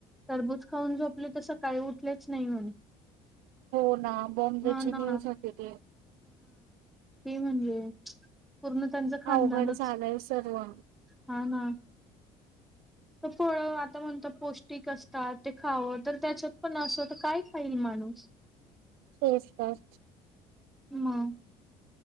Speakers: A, in the centre; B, on the right.
A: टरबूज खाऊन झोपले तर सकाळी उठलेच नाही म्हणे.
B: हो ना बॉम्बेची
A: हां ना.
B: न्यूज होती ती.
A: हम्म. पूर्ण त्यांचं खानदानच
B: अवघड झालंय सर्व
A: हा ना. तर फळ आता म्हणत पौष्टिक असतात ते खावं तर त्याच्यात पण असं तर काय खाईल माणूस?
B: तेच तर.
A: मग.